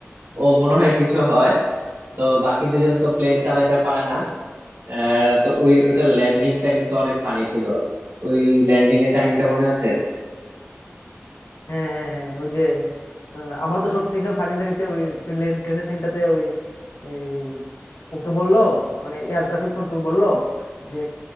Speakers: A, on the right; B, on the left.
A: ও মনে হয় কিছু হয় তো বাকি দুজন তো প্লেন চালাতে পারে না আহ, তো ওই ওটা ল্যান্ডিংটা কিন্তু অনেক ফানি ছিল ওই ল্যান্ডিং এর কাহিনীটা মনে আছে
B: হ্যাঁ হ্যাঁ হ্যাঁ ওই যে আহ, আমার তো সব থেকে ফানি লেগেছে ওই ট্রেনের সিনটাতে ওই এই, ওকে বললো মানে এয়ার ট্রাফিক কন্ট্রোল বললো যে